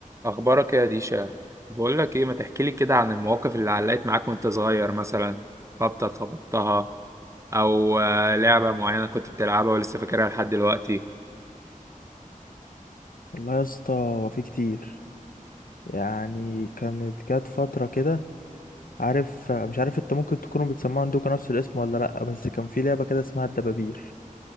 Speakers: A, on the right (about 20°); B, on the left (about 80°).
A: اخبارك إيه يا ديشا بقول لك ايه ما تحكي لي كده عن المواقف اللي علقت معاك وانت صغير مثلا خبطه خبطتها او آه، لعبه معينه كنت بتلعبها ولسه فاكرها لحد دلوقتي
B: والله يا اسطى هو في كتير يعني كانت جت فترة كده عارف مش عارف انت ممكن تكونوا بتسمعوا عندكم نفس الاسم ولا لأ بس كان في لعبة كده اسمها الدبابير